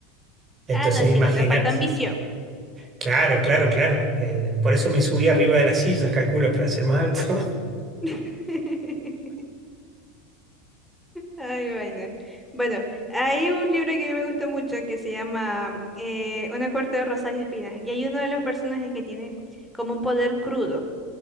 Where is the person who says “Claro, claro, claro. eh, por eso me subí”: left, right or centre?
Right